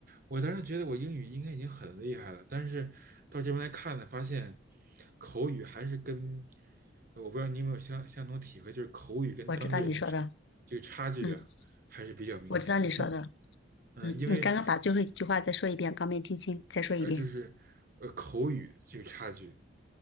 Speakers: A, on the right; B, on the left.
A: 我当时觉得我英语应该已经很厉害了，但是到这边来看呢，发现口语还是跟呃我不知道你有没有相相同体会，就是口语跟当这
B: 我知道你说的，
A: 个差距啊还是比较明显的。
B: 嗯，我知道你说的，
A: 嗯，
B: 嗯，
A: 因为
B: 你刚刚把最后一句话再说一遍，刚没听清，再说一遍。
A: 呃，就是呃口语这个差距，